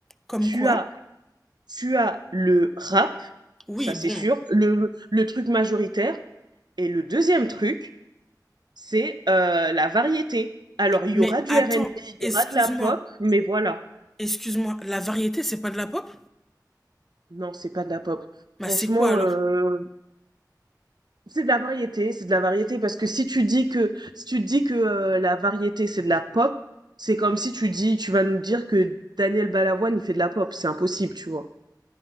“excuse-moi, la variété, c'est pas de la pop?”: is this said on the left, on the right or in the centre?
Centre